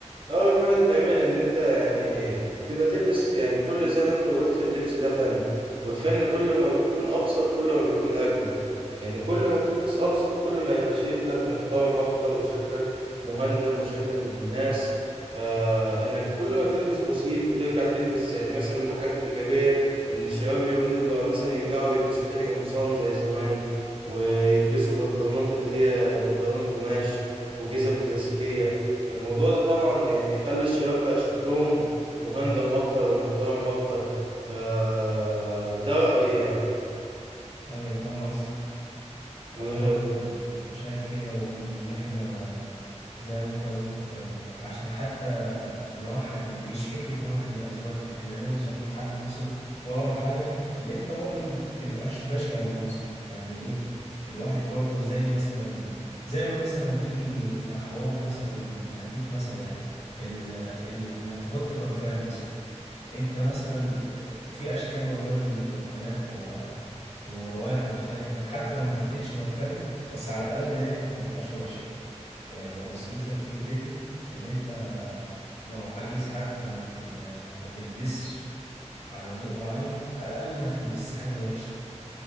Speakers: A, on the right; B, on the left.
A: اغرب حاجه تتعمل ان انت يعني ت- تبقى تلبس يعني كل زي ما انت قلت اللبس ده فن والفن كل ما بيكون ابسط كل ما بيكون اجمل يعني كل ما تلبس ابسط كل ما يبقى شكلك محترم اكتر وشكلك مهندم وشكلك ابن ناس فانك كل ما تلبس بسيط وترجع تلبس يعني مثلا من الحاجات الايجابيه ان الشباب اليومين دول بقى مثلا يرجعوا يلبسوا تاني قمصان زي زمان ويلبسوا بنطلونات اللي هي بنطلونات قماش وجزم كلاسيكيه فالموضوع ده طبعا يعني خلى الشباب بقى شكلهم مهندم اكتر ومحترم اكتر فده رأيي يعني
B: ايوه فاهم قصدك انا
A: و...
B: برضو شايف كده وان احنا زي ما انت قلت آه، عشان حتى نوحد ال... مش فكرة نوحد الأذواق احنا نوصل لحل وسط وأقرب حاجة اللي انت برضو متبقاش بشع المنظر يعني ايه الواحد برضو زي مثلا زي ما مثلا تيجي في حوار مثلا هديك مثلا يعني ال... ال... انك تحط برفان مثلا انت مثلا في اشكال وانواع من البرفانات و... والروائح مختلفة حتى لو ما حطيتش برفان بس على الاقل ريحتك ما تبقاش وحشة آه، وصلت لك فكرتي ان انت لو عايز حتى ما تل... ما تلبسش على ذوق معين على الاقل ما تلبسش حاجة وحشة